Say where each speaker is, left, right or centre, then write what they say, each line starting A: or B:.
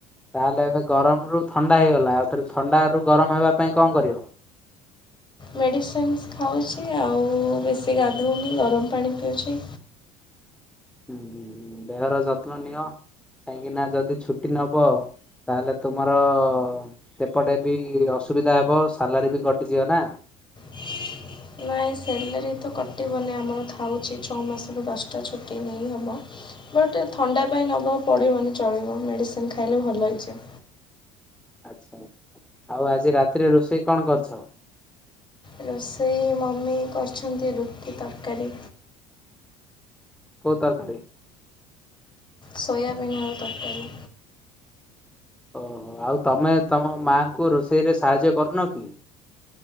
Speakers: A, in the centre; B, on the left.
A: ତାହେଲେ ଏବେ ଗରମରୁ ଥଣ୍ଡା ହେଇଗଲା ଆଉ ଥରେ ଥଣ୍ଡା ରୁ ଗରମ ହେବା ପାଇଁ କଣ କରିବ? <inaudible>
B: ମେଡ଼ିସିନ୍ସ ଖାଉଛି ଆଉ ବେଶୀ ଗାଧଉନି ଗରମ ପାଣି ପିଉଛି।
A: ହୁଁ ହଁ ଦେହର ଯତ୍ନ ନିଅ କାହିଁକିନା ଯଦି ଛୁଟି ନବ ତାହେଲେ ତୁମର ସେପଟେ ବି ଅସୁବିଧା ହେବ ସାଲାରୀ ବି କଟିଯିବନା। <inaudible>
B: ନା। ନା ସେଲେରୀ ତ କଟିବନି ଆମର ଥାଉଛି ଛଅ ମାସକୁ ଦଶଟା ଛୁଟି ନେଇହବ। ଗୋଟେ ଥଣ୍ଡା ପାଇଁ ନେବା ପଡିବନି ଚଳିବ ମେଡିସିନ ଖାଇଲେ ଭଲ ହେଇଯିବ।
A: <inaudible> ଆଛା ଆଉ ଆଜି ରାତିରେ ରୋଷେଇ କଣ କରୁଛ?
B: ରୋଷେଇ ମମି କରିଛନ୍ତି ରୁଟି ତରକାରୀ।
A: କୋଉ ତରକାରୀ?
B: ସୋୟାବିନ୍ ଆଳୁ ତରକାରୀ।
A: ଓହୋ ଆଉ ତମେ ତମ ମାଆଙ୍କୁ ରୋଷେଇରେ ସାହାଯ୍ୟ କରୁନ କି? <inaudible>